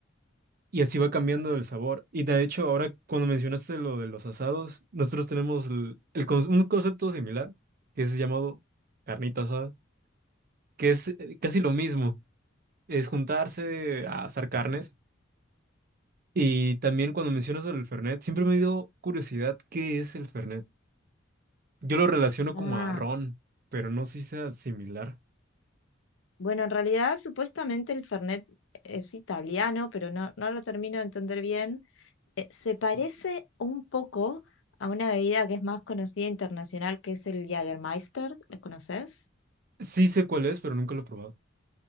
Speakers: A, on the right; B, on the left.
A: Y así va cambiando el sabor. Y de hecho, ahora cuando mencionaste lo de los asados, nosotros tenemos el, el con- un concepto similar, que es llamado carnita asada, que es eh, casi lo mismo, es juntarse a asar carnes. Y también cuando mencionas el Fernet, siempre me dio curiosidad, ¿qué es el Fernet? Yo lo relaciono como
B: Ah,
A: a ron, pero no sé si sea similar.
B: bueno, en realidad supuestamente el Fernet es italiano, pero no, no lo termino de entender bien. Eh, se parece un poco a una bebida que es más conocida internacional, que es el Jägermeister. ¿Lo conoces?
A: Sí sé cuál es, pero nunca lo he probado.